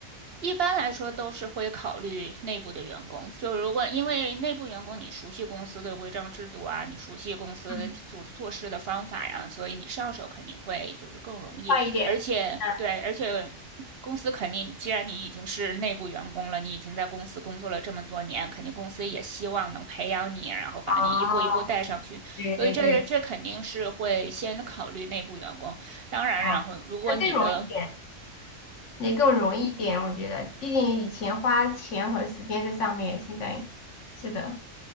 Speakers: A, on the right (about 60°); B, on the left (about 65°).
A: 一般来说都是会考虑内部的员工，就如果因为内部员工你熟悉公司的规章制度啊，你熟悉公司做做事的方法呀，
B: 嗯，
A: 所以你上手肯定会就是更容易，
B: 快一点。
A: 而且对，
B: 嗯，
A: 而且公司肯定，既然你已经是内部员工了，你已经在公司工作了这么多年，肯定公司也希望能培养你，然后把你一步一步带上去，
B: 哦，对对对，
A: 所以这这肯定是会先考虑内部员工。当然，
B: 啊、
A: 然后如果你的
B: 那更容易一点，也更容易一点，我觉得，毕竟以前花钱和时间在上面，现在是的。